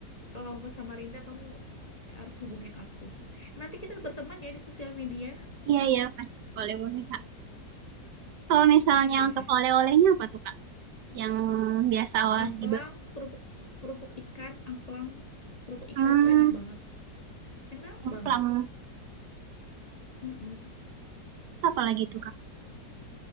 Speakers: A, on the left; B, on the right.
A: Kalau kamu ke Samarinda, kamu harus hubungin aku. Nanti kita berteman ya di sosial media.
B: Iya iya Pak. Boleh boleh Kak. Kalau misalnya
A: <laughs>
B: untuk oleh-olehnya apa tuh? kak? yang biasa orang
A: Amplang,
B: jebak.
A: kerupuk kerupuk ikan, amplang, kerupuk ikan
B: Hmm,
A: tuh enak banget. Enak
B: templang.
A: banget. Mm-mm.
B: Terus Apa lagi tuh, Kak?